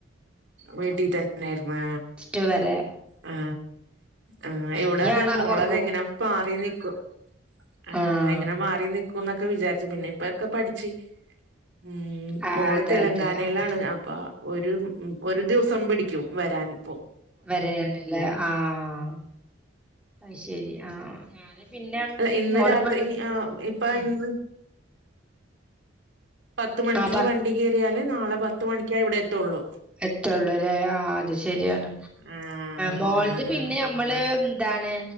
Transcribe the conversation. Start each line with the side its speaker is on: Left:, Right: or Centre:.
Right: വീട്ടി തന്നെയാരുന്നു
Centre: ടു വരെ
Right: ആ ആ ഇവിട
Centre: ഇഞ്ഞാണ്
Right: അതാ
Centre: ആള്
Right: മോളത്
Centre: പൊറത്ത്ക്ക്
Right: എങ്ങനെ മാറി നിക്കും ആ
Centre: ആഹ്
Right: എങ്ങനെ മാറി നിക്കും ക്കുന്നൊക്കെ വിചാരിച്ചു പിന്നെ ഇപ്പൊക്കെ പഠിച്ച് ഉം
Centre: ആഹ്
Right: മോള്
Centre: അതെ
Right: തെലങ്കാനയിലാണ്
Centre: അതെ ആഹ്
Right: അപ്പൊ അപ്പ ഒരു ഒരു ദിവസം പിടിക്കും വരാൻ ഇപ്പോ
Centre: വരാനില്ലേ ആഹ് അയ്ശെരി ആഹ് ഞാന് പിന്നെ
Right: അല്ല ഇന്ന്
Centre: മോലപ്പെട്ട്
Right: രാത്രി ആഹ് ഇപ്പ
Centre: ഉം
Right: ഇന്ന് പത്ത് മണിക്ക്
Centre: ആഹ് പറഞ്ഞ
Right: വണ്ടി കയറിയാല് നാളെ പത്ത് മണിക്ക ഇവിടെ എത്തുള്ളൂ
Centre: എത്തുള്ളൂ അല്ലേ ആ അത് ശരിയാണ്
Right: ആഹ്
Centre: മോളത്
Right: ആഹ്
Centre: പിന്നെ മ്മള് എന്താണ്